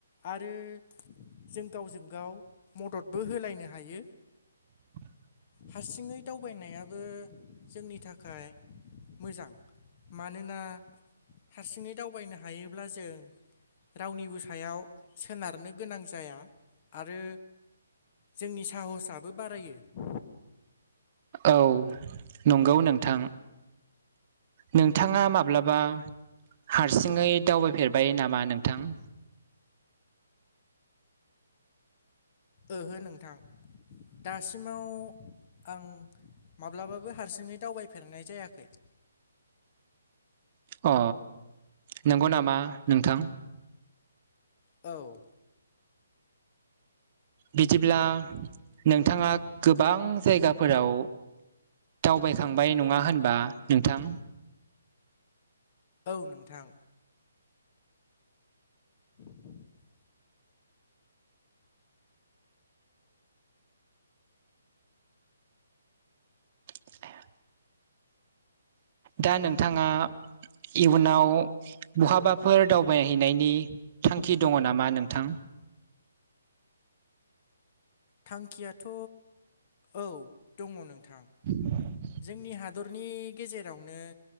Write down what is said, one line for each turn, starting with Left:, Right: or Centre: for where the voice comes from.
Left: आरो जों गावजों गाव मददबो होलायनो हायो।
Right: <inaudible>
Left: हारसिङै दावबायनायाबो जोंनि थाखाय मोजां। मानोना हारसिङै दावबायनो हायोब्ला जों रावनिबो स सायाव सोनारनो गोनां जाया आरो जोंनि साहसआबो बारायो।
Right: औ नंगौ नोंथां। नोंथाङा माब्लाबा हारसिङै दावबायफेरबाय नामा नोंथां?
Left: ओहो नोंथां। दासिमाव आं माब्लाबाबो हारसिङै दावबायफेरनाय जायाखै।
Right: अ नंगौ नामा नोंथां?
Left: औ।
Right: बिदिब्ला नोंथाङा गोबां जायगाफोराव दावबायखांबाय नङा होनबा नोंथां?
Left: औ नोंथां। <inaudible>
Right: ए दा नोंथाङा इयुनाव बहाबाफोर दावबायहैनायनि थांखि दङ नामा नोंथां?
Left: थांखियाथ' औ दङ नोंथां।
Right: <inaudible>
Left: जोंनि हादरनि गेजेरावनो